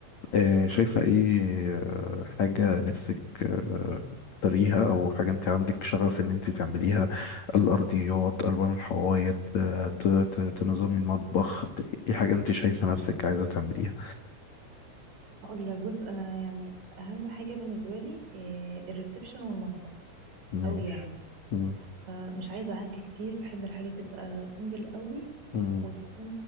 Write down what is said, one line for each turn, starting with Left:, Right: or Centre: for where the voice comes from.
Left: آه، شايفة ايه آه، حاجة نفسك آه، تريها او حاجة انت عندك شغف ان انت تعمليها الارضيات الوان الحوايط آه، ت- ت- تنظمي المطبخ ت- ايه حاجة انت شايفة نفسك عايزة تعمليها
Right: هقول لك بص انا يعني اهم حاجه بالنسبه لي إيه، الريسبشن والمطبخ
Left: ماشي
Right: قوي يعني
Left: مم.
Right: فمش عايزه عك كتير بحب الحاجه تبقى سيمبل قوي
Left: مم.
Right: وتكون